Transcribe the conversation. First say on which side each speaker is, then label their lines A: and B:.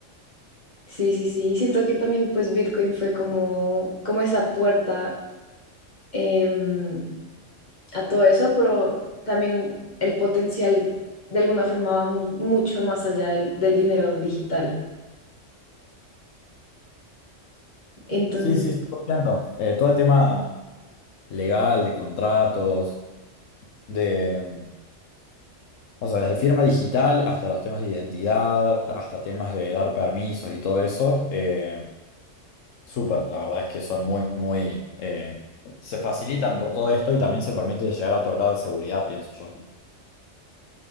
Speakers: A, on the left (about 35°); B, on the left (about 80°).
A: sí, sí, sí, siento que también pues Bitcoin fue como, como esa puerta em, a todo eso, pero también el potencial de alguna forma va mu- mucho más allá del del dinero digital. Entonces,
B: Sí, sí, estoy contento. Eh, todo el tema legal, de contratos, de, mm, o sea, desde firma digital hasta los temas de identidad, hasta temas de dar permisos y todo eso, eh, súper, la verdad es que son muy, muy, eh, se facilitan por todo esto y también se permite llegar a otro grado de seguridad, pienso yo.